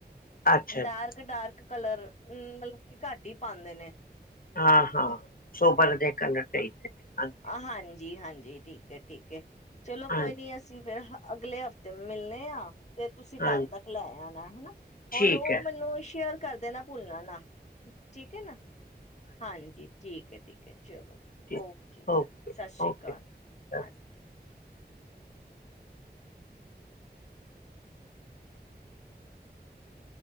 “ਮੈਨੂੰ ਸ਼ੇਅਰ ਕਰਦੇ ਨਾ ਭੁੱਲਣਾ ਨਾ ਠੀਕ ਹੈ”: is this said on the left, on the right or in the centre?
Left